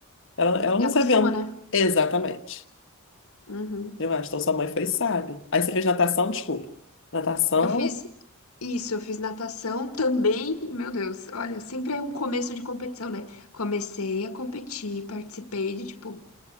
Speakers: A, on the left; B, on the left.
A: ela, ela não
B: E acostuma,
A: se aventa.
B: né?
A: Exatamente.
B: Uhum.
A: Eu acho, então sua mãe fez, sabe. Aí você fez natação, desculpa. Natação.
B: Eu fiz isso, eu fiz natação também. Meu Deus, olha, sempre é um começo de competição, né? Comecei a competir, participei de, tipo,